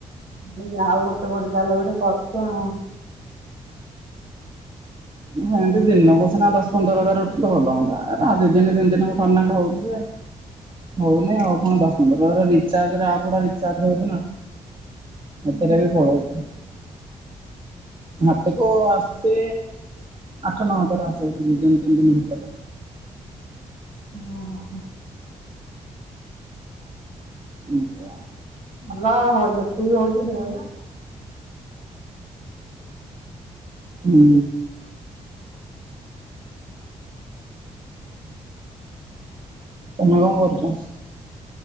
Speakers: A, on the right; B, on the right.
A: ମୁଁ କହିଲି ଯାହଉ ଗୋଟେ ଗୋଟେ ଯାହେଲ ଗୋଟେ କରୁଚ ଆଉ।
B: ସେମିତି ଦିନକୁ ସିନା ଦଶ ପନ୍ଦର ହଜାର ଉଠିଲେ ଭଲ ହୁଅନ୍ତା ଏରା ଦି ଦିନ ତିନି ଦିନକୁ ଥରେ ନାଖା ହଉଚି ଯେ ହଉନି ଆଉ କଣ ଦଶ ପନ୍ଦର ରିଚାର୍ଜରେ ଆଉ ଆପ୍ ଗୁଡା ରିଚାର୍ଜ ହଉଚି ନା। ସେତେରେ
A: ହୁଁ ହୁଁ।
B: ବି ପଳୋଉଚି। ହାତକୁ ଆସୁଚି ଆଠ ନ ହଜାର ଆସେ ଦିଦିନି ତି ଦିନ ଭିତରେ
A: ଓହୋ
B: ଏମିତି ଆଉ।
A: ଭଲ ଆଉ ଯେତିକି ହୋଉଚି ଢ଼େରେ।
B: ହୁଁ। ତମେ କଣ କରୁଚ?